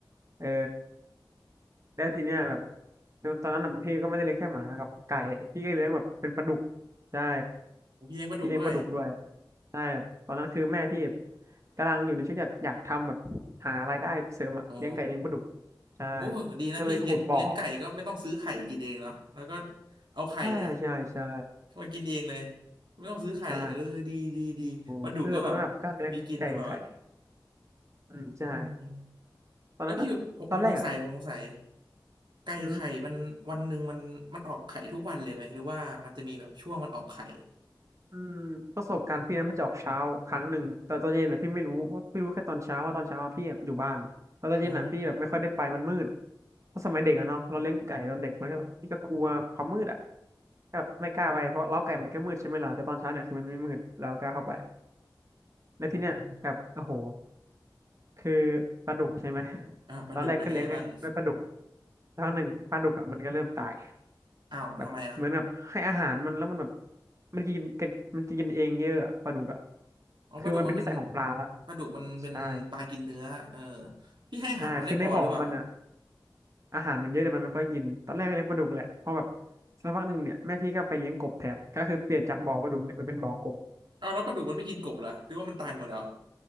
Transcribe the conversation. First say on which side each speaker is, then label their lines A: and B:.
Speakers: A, on the right (about 40°); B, on the right (about 70°).
A: เออแล้วทีเนี้ยแบบตอนนั้นน่ะพี่ก็ไม่ได้เลี้ยงแค่หมากับไก่พี่ก็เลี้ยงแบบเป็นปลาดุก ใช่
B: โอ้พี่เลี้ยงปลาดุกด้วย
A: พี่เลี้ยงปลาดุกด้วยใช่ครับตอนนั้นคือแม่พี่กำลังอยู่ในช่วงแบบอยากทำแบบหารายได้เสริมอะเลี้ยงไก่เลี้ยงปลาดุก
B: อ๋อ
A: ใช่
B: โอ้ดีนะพี่เลี้ยงเลี้ยงไก่ก็ไม่ต้องซื้อไข่กินเองเนาะแล้วก็
A: ก็เลยขุดบ่อ
B: เอาไข่เนี่ย
A: ใช่ใช่ใช่
B: มากินเองเลยไม่ต้องซื้อไข่เออดีดีดีปลาดุกก็แบบ
A: ใช่โอ้คือตอนนั้นแบบก็เลี้ยงไก่ไข่
B: มีกินตลอด
A: อืมใช่
B: อืม
A: ตอนนั้นก็ตอนแรกอ่ะ
B: เออพี่ผมผมสงสัยผมสงสัยไก่ไข่มันวันหนึ่งมันมันออกไข่ทุกวันเลยไหมหรือว่ามันจะมีแบบช่วงมันออกไข่
A: อืมอืมประสบการณ์พี่นั้นมันจะออกเช้าครั้งหนึ่งแต่ตอนเย็นอ่ะพี่ไม่รู้ว่าพี่รู้แค่ตอนเช้าว่าตอนเช้าอะพี่แบบอยู่บ้านแล้วตอนเย็นอ่ะพี่แบบไม่ค่อยได้ไปมันมืด
B: อ๋อ
A: เพราะสมัยเด็กอะเนาะเราเลี้ยงไก่ตอนเด็กมันก็แบบพี่ก็กลัวความมืดอ่ะแบบไม่กล้าไปเพราะเล้าไก่มันก็มืดใช่ไหมล่ะแต่ตอนเช้าเนี่ยคือมันไม่มืดแล้วกล้าเข้าไปแล้วที่เนี้ยแบบโอ้โห
B: อืม
A: คือปลาดุกใช่ไหม
B: อ่าปลาดุกเป็นยังไงบ้าง
A: ตอนแรกก็เลี้ยงด้วยปลาดุกแล้วหนึ่งปลาดุกอ่ะมันก็เริ่มตาย
B: อ้าวทำไมอ่ะ
A: แบบเหมือนแบบให้อาหารมันแล้วมันแบบมันกินกันมันกินกันเองเยอะอะปลาดุกอ่ะ
B: อ๋อปลาดุกมันเป็น
A: คือมันเป็นนิสัยของปลาละ
B: ปลาดุกมันเป็นปลากินเนื้อเออ
A: ใช่
B: พี่ให้อาหารมันไม่พอหรือเปล่า
A: ใช่คือในบ่อมันอ่ะอาหารมันเยอะแต่มันไม่ค่อยกินตอนแรกก็เลี้ยงปลาดุกแหละพอแบบสักพักหนึ่งเนี่ยแม่พี่ก็ไปเลี้ยงกบแทนก็คือเปลี่ยนจากบ่อปลาดุกเนี่ยไปเป็นบ่อกบ
B: เอาแล้วปลาดุกมันไม่กินกบเหรอหรือว่ามันตายหมดแล้ว